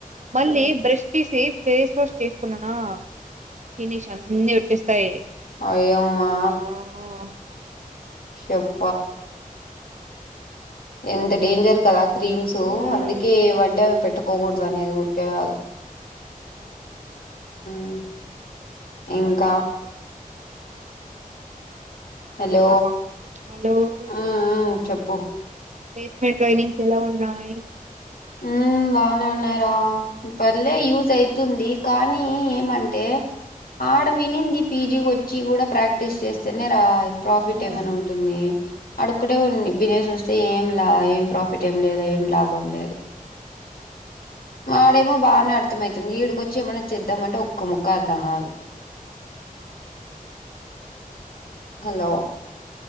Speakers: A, on the right (about 55°); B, on the left (about 80°).
A: మళ్ళీ బ్రష్ చేసి ఫేస్ వాష్ చేసుకున్నానా ఫినిష్ అన్నిీ వచ్చేస్తాయి
B: అయమ్మా
A: ఆ
B: షెబ్బ ఎంత డేంజర్ కదా క్రీమ్స్
A: మ్
B: అందుకే ఏవంటే అవి పెట్టక్ కోవద్దు అనేది ఊరికే కాదు మ్ ఇంకా
A: చెప్పు రా ఏం చేస్తున్నావ్ పడుకున్నావా
B: హలో
A: హలో
B: మ్ మ్ చెప్పు
A: ప్లేస్మెంట్ ట్రైనింగ్స్ ఎలా ఉన్నాయి
B: మ్మ్ బాగానే ఉన్నాయ్ రా పర్లే యూజ్ అయితుంది కానీ ఏమంటే ఆడ వినింది పీజీకి వచ్చి కూడా ప్రాక్టీస్ చేస్తేనే రా ప్రాఫిట్
A: ఆ
B: ఏమైనా ఉంటుంది అడుక్కటే ఉండి వినేసి ఓస్ ఏం లా ఏం ప్రాఫిట్ ఏం లేదు ఏం లాభం లేదు ఆడేమో బానే అర్థమవుతుంది ఈడికొచ్చి ఏమన్నా చేద్దామంటే ఒక్క ముక్క అర్థం కాదు
A: అ
B: హలో